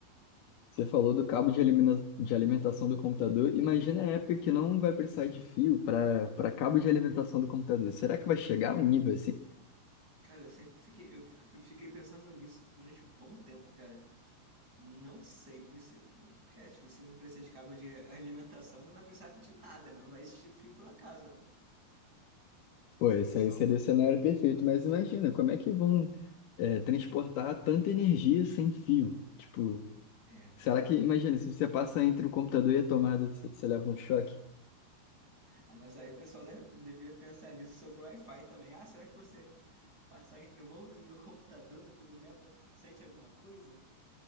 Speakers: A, on the left (about 60°); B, on the right (about 20°).
A: Você falou do cabo de elimina- de alimentação do computador. Imagina a época que não vai precisar de fio para para cabo de alimentação do computador. Será que vai chegar a um nível assim?
B: Cara, eu sempre fiquei, eu fico- fiquei pensando nisso durante um bom tempo, cara. Não sei, porque se, porque, é, tipo, se não precisa de cabo de <laughs> alimentação, não vai precisar de nada, né? Não vai existir fio pela casa, né? Se-
A: Pô,
B: Seria
A: esse
B: só
A: aí seria
B: um.
A: o cenário perfeito, mas imagina, como é que vão é, transportar tanta energia sem fio? Tipo,
B: É, cara.
A: será que, imagina, se você passa entre o computador e a tomada, você você leva um choque?
B: Ah, mas aí o pessoal deve, devia pensar nisso sobre o Wi-Fi também. Ah, será que você passar entre o modem e o <laughs> computador, tu leva, sente alguma coisa?